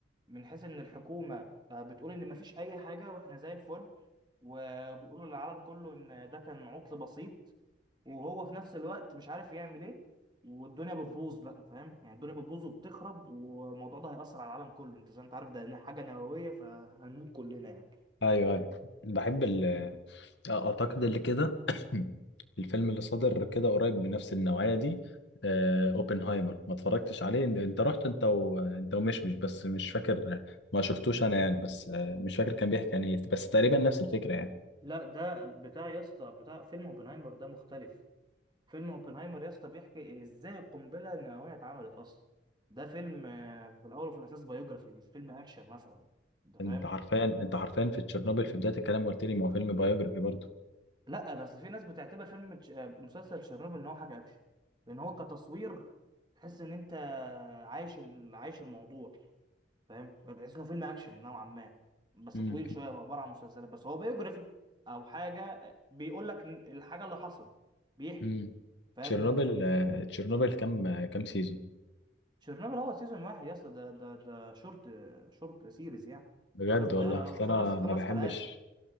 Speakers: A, on the right; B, on the left.
A: من حيث ان الحكومة آه، بتقول ان مفيش اي حاجة واحنا زي الفل وبيقولوا للعالم كله ان ده كان عطل بسيط وهو في نفس الوقت مش عارف يعمل ايه والدنيا بتبوظ بقى فاهم يعني الدنيا بتبوظ وبتخرب والموضوع ده هيأثر على العالم كله انت زي ما انت عارف ده حاجة نووية فهنموت كلنا يعني
B: ايوه ايوه بحب ال... اعتقد اللي كده <coughs> الفيلم اللي صدر كده قريب بنفس النوعية دي آه، اوبنهايمر ما اتفرجتش عليه انت أنت رحت انت و... انت ومشمش بس مش فاكر ما شفتوش انا يعني بس آه، مش فاكر كان بيحكي عن ايه بس تقريبا نفس الفكرة يعني
A: لا ده بتاع يا اسطى بتاع فيلم اوبنهايمر ده مختلف فيلم اوبنهايمر يا اسطى بيحكي ازاي القنبله النوويه اتعملت اصلا ده فيلم آه، في الاول وفي الاساس بايوجرافي مش فيلم اكشن مثلا انت فاهم
B: انت حرفيا انت حرفيا في تشيرنوبل في بدايه الكلام قلت لي ما هو فيلم بايوجرافي برضه
A: لا بس في ناس بتعتبر فيلم تش- آه، مسلسل تشيرنوبل ان هو حاجه اكشن لان هو كتصوير تحس ان انت عايش ال- عايش الموضوع فاهم تحس انه فيلم اكشن نوعا ما بس
B: امم
A: طويل شويه عباره عن مسلسلات بس هو بايوجرافي او حاجه آه، بيقول لك الحاجه اللي حصلت بيحكي
B: امم
A: فاهم
B: تشيرنوبل آه، تشيرنوبل كام آه، كام سيزون
A: تشيرنوبل هو سيزون واحد يا اسطى ده ده ده شورت شورت سيريز يعني
B: بجد
A: حاجه صغيره
B: والله
A: قوي
B: اصل
A: خمس
B: انا
A: خمس
B: ما بحبش
A: حلقات